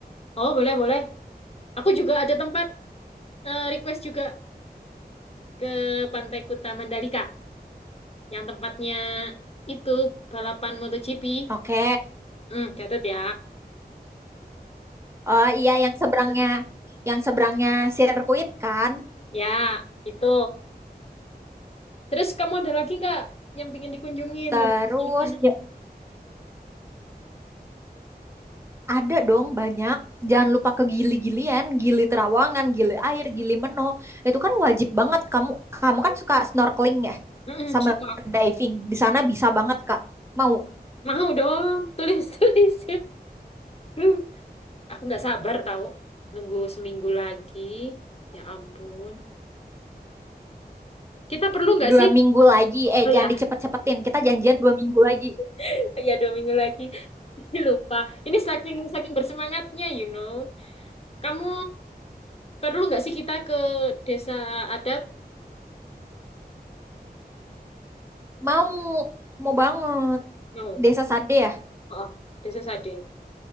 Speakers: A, on the left; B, on the right.
A: Oh, boleh, boleh. Aku juga ada tempat eh, request juga ke Pantai Kuta Mandalika. yang tempatnya itu balapan MotoGP.
B: Oke.
A: Hmm, catat ya.
B: Oh iya yang seberangnya yang seberangnya sirkuit kan.
A: Ya, itu. Terus kamu ada lagi nggak yang pingin dikunjungin
B: Terus
A: mau pergi ke sana?
B: ya, ada dong banyak. Jangan lupa ke Gili-Gilian, Gili Terawangan, Gili Air, Gili Meno. Itu kan wajib banget kamu kamu kan suka snorkeling ya
A: Mm-mm,
B: sama
A: suka.
B: diving. Di sana bisa banget Kak. Mau
A: Mau dong, tulis <laughs> tulis. Duh, aku nggak sabar tahu. Nunggu seminggu lagi. Ya ampun. Kita perlu nggak
B: Dua
A: sih?
B: minggu lagi. Eh,
A: Oh
B: jangan
A: ya,
B: dicepet-cepetin. Kita janjian dua minggu lagi.
A: <laughs> ya dua minggu lagi. <laughs> Ini Lupa. Ini saking saking bersemangatnya, you know. Kamu perlu nggak sih kita ke desa adat?
B: Mau, mau banget.
A: No.
B: Desa Sade ya?
A: Oh, desa Sade.